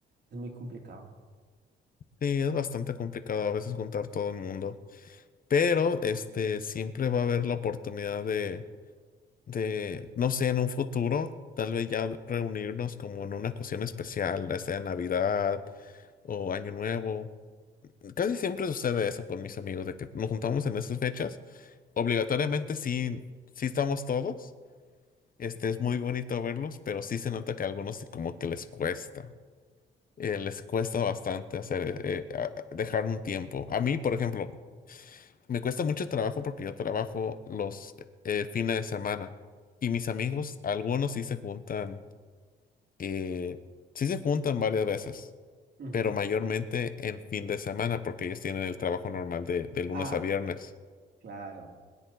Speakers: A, on the right (about 55°); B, on the left (about 45°).
A: es muy complicado.
B: Sí, es bastante complicado a veces juntar todo el mundo, pero este siempre va a haber la oportunidad de de, no sé, en un futuro, tal vez ya reunirnos como en una ocasión especial, ya sea Navidad o Año Nuevo. Casi siempre sucede eso con mis amigos, de que nos juntamos en esas fechas. Obligatoriamente sí, sí estamos todos. Este es muy bonito verlos, pero sí se nota que a algunos sí como que les cuesta. eh, les cuesta bastante hacer, eh, eh, a- a- dejar un tiempo. A mí, por ejemplo, me cuesta mucho trabajo porque yo trabajo los eh, fines de semana y mis amigos, algunos sí se juntan, eh, sí se juntan varias veces,
A: Ujú.
B: pero mayormente en fin de semana porque ellos tienen el trabajo normal de, de lunes
A: Ah,
B: a viernes.
A: claro.